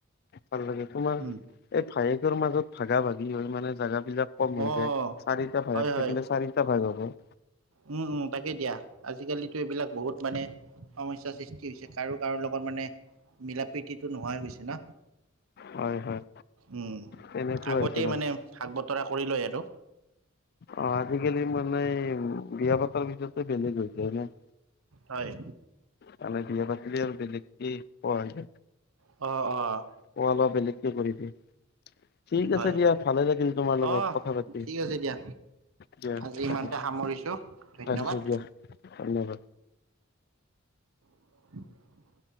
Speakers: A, on the left; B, on the right.
A: ভাল লাগে তোমাৰ
B: উম
A: এই ভায়েকৰ মাজত ভাগা ভাগি হৈ মানে জাগাবিলাক। কম হৈ
B: অ'
A: যায়। চাৰিটা ভাগ
B: হয় হয়
A: থাকিলে চাৰিটা ভাগ হ'ব।
B: উম, উম তাকে দিয়া আজিকালিতো এইবিলাক বহুত মানে সমস্যয়াৰ সৃষ্টি হৈছে কাৰো কাৰো লগত মানে মিলা প্ৰীতিতটো নোহোৱা হৈ গৈছে ন।
A: হয় হয়
B: উম,
A: তেনেকুৱা
B: আগতে
A: হৈছে
B: মানে ভাগ বতৰা কৰি লয় আৰু।
A: অ', আজিকালি মানে বিয়া পাতৰ পিছততে বেলেগ হৈছে ন।
B: হয়।
A: তানে বিয়া পাতিলে আৰু বেলেগকে পোৱা যায়।
B: অ', অ'।
A: অ', অলপ বেলেগকে কৰি দ ঠিক
B: হয়
A: আছে দিয়া
B: হয়
A: ভালে লাগিল তোমাৰ লগত
B: অ'
A: কথা পাতি।
B: ঠিক আছে, দিয়া
A: দিয়া
B: আজি ইমানতে
A: ৰাখিছো
B: সামৰিছোঁ ধন্যবাদ।
A: ৰাখিছো দিয়া ধন্যবাদ
B: <inaudible>